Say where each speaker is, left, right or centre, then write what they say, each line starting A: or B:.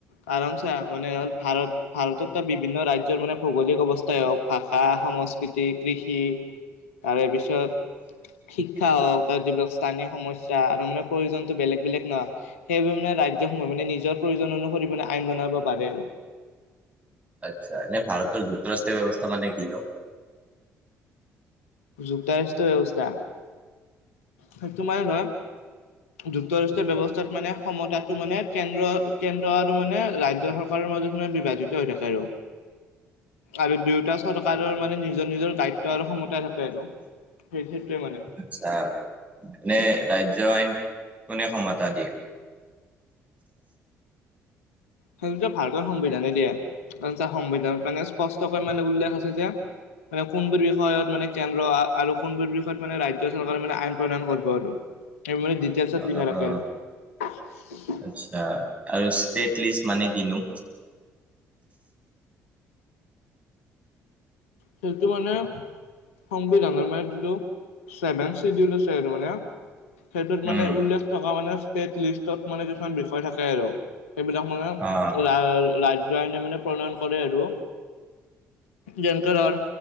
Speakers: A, on the left; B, on the right.
A: কাৰণ চা মানে হ'ল ভাৰত ভাৰতত তাত বিভিন্ন ৰাজ্যৰ মানে ভৌগোলিক অৱস্থাই হওঁক বা ভাষা সংস্কৃতি কৃষি তাৰে পিছত শিক্ষা হওঁক তাৰ যিবিলাক স্থানীয় সমস্যা আৰু মানে প্ৰয়োজনতো বেলেগ-বেলেগ ন? সেইবাবে উম মানে নিজৰ প্ৰয়োজন অনুসৰি মানে আইন বনাব পাৰে আৰু
B: আচ্ছা, এনে ভাৰত যুক্তৰাষ্ট্ৰীয় ব্যৱস্থা মানে কিনো?
A: যুক্তৰাষ্ট্ৰ ব্যৱস্থা সেইটো মানে ধৰ যুক্তৰাষ্ট্ৰীয় ব্যৱস্থাত মানে সমতাটো মানে কেন্দ্ৰ- কেন্দ্ৰ আৰু মানে ৰাজ্য চৰকাৰৰ মাজত মানে বিভাজিত হৈ থাকে আৰু। আৰু দুয়োটা চৰকাৰৰ মানে নিজৰ নিজৰ দায়িত্ব আৰু ক্ষমতা থাকে আৰু। সেই সেইটোৱে মানে
B: আচ্ছা এনে ৰাজ্য আইন কোনে ক্ষমতা দিয়ে?
A: সেইতো ভাৰতৰ সংবিধানে দিয়ে। সংবিধানত মানে স্পষ্টকৈ মানে উল্লেখ আছে যে, মানে কোনটোৰ বিষযত মানে কেন্দ্ৰ, আৰু কোনটোৰ বিষয়ত ৰাজ্য চৰকাৰ আইন প্ৰণয়ন কৰিব আৰু। সেইবোৰ মানে ডিটেইেলছত
B: অ
A: লিখা
B: অ
A: থাকে
B: অ
A: আৰু।
B: আচ্ছা আৰু ষ্টেট লিষ্ট মানে কিনো?
A: সেইটো মানে সংবিধানৰ মানে যিটো ছেভেন চিডিউল আছে সটো মানে সেইটোত মানে
B: উম
A: উল্লেখ থকা মানে ষ্টেট লিষ্টত মানে কিছুমান বিষয় থাকে আৰু। সেইবিলাক মানে
B: অ',
A: <unintelligible> য ন <unintelligible> মানে প্ৰণয়ন কৰে আৰু যেনে কাৰণ